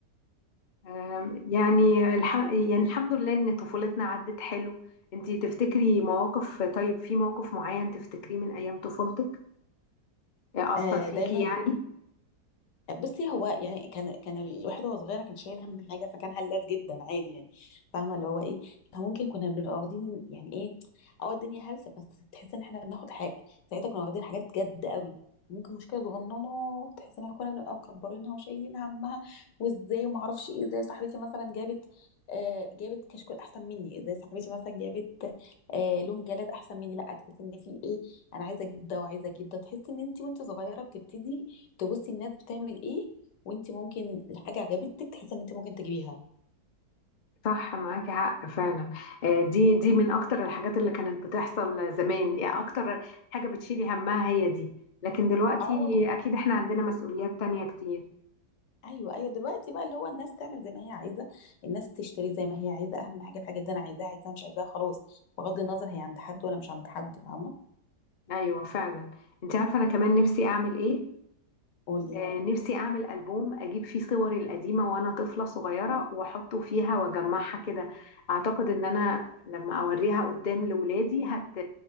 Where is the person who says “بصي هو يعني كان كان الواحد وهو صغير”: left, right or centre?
Left